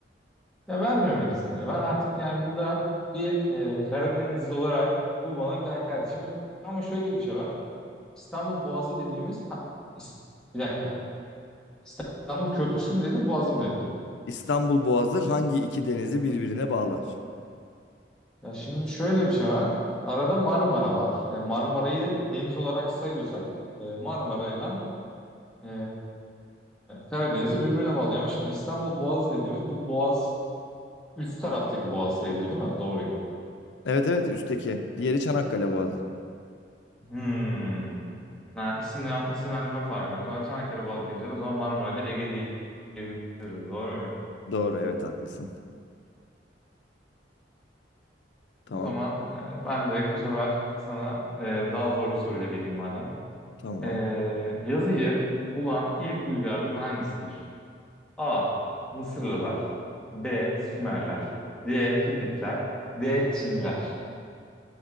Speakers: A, in the centre; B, on the left.
A: Ya vermemelisin be. Ben artık yani burada bir e, Karadenizli olarak bu bana bir hakaret. Şimdi ama şöyle bir şey var. İstanbul Boğazı dediğimiz ha, is- bir dakika. İstanbul Köprüsü mü dedin, Boğazı mı dedin?
B: İstanbul Boğazı hangi iki denizi birbirine bağlar?
A: Ya şimdi şöyle bir şey var. Arada Marmara var. Ya Marmara'yı deniz olarak sayıyorsak e, Marmara'yla Ee, Karadeniz'i birbirine bağlıyor ama şimdi İstanbul Boğazı dediğimiz bu Boğaz üst taraftaki Boğaz sayılıyor değil mi? Doğruyum.
B: Evet evet üstteki. Diğeri Çanakkale Boğazı.
A: Hmm. Ha, isimlen, isimlendirme farkı var. O zaman Çanakkale Boğazı deyince de o zaman Marmara ile Ege diye- diyebiliriz. Doğru muyum?
B: Doğru evet haklısın. Tamam
A: O zaman e, ben direkt bu sefer sana e, daha zor bir soruyla geleyim madem.
B: tamam.
A: E, yazıyı bulan ilk uygarlık hangisidir? A. Mısırlılar B. Sümerler C. Hititler D. Çinliler